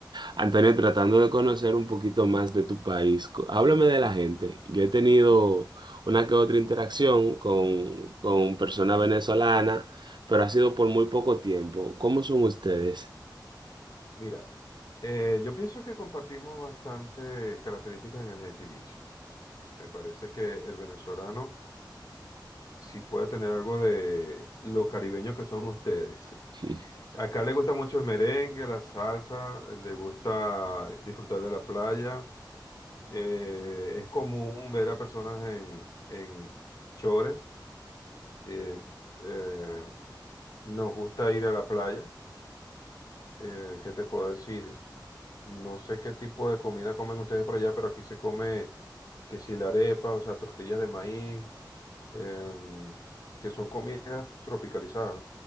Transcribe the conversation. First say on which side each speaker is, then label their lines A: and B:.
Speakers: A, on the right (about 70°); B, on the left (about 50°).
A: Antonio, tratando de conocer un poquito más de tu país, co- háblame de la gente. Yo he tenido una que otra interacción con, con personas venezolanas, pero ha sido por muy poco tiempo. ¿Cómo son ustedes?
B: Mira, eh, yo pienso que compartimos bastantes características en el gentilicio. Me parece que el venezolano sí puede tener algo de lo caribeño que son ustedes.
A: <laughs>
B: Acá le gusta mucho el merengue, la salsa, le gusta disfrutar de la playa. Eh, es común ver a personas en, en chores. eh, eh, nos gusta ir a la playa. Eh, ¿qué te puedo decir? No sé qué tipo de comida comen ustedes por allá, pero aquí se come que si la arepa, o sea, tortillas de maíz, em, que son comidas tropicalizadas.